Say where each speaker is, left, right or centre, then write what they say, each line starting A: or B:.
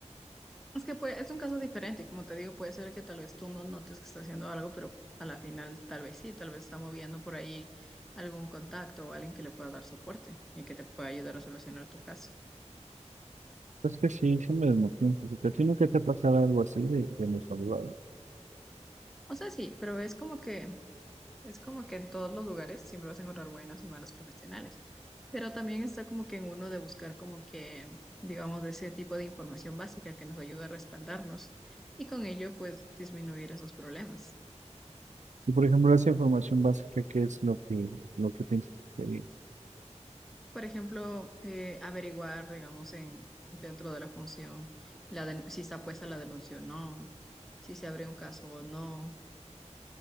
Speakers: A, in the centre; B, on the right.
A: Es que puede- es un caso diferente y como te digo, puede ser que tal vez tú no notes que está haciendo algo, pero a la final tal vez sí, tal vez está moviendo por ahí algún contacto o alguien que le pueda dar soporte y que te pueda ayudar a solucionar tu caso.
B: Es que sí, se me desmotivó un poquito. ¿A ti nunca te ha pasado algo así de, de los abogados?
A: O sea, sí, pero es como que Es como que en todos los lugares siempre vas a encontrar buenos y malos profesionales, pero también está como que en uno de buscar como que, digamos, de ese tipo de información básica que nos ayuda a respaldarnos y con ello pues disminuir esos problemas.
B: Y por ejemplo, esa información básica, ¿qué es lo que, lo que piensas que sería?
A: Por ejemplo, eh, averiguar, digamos, en, dentro de la función la den- si está puesta la denuncia o no, si se abre un caso o no,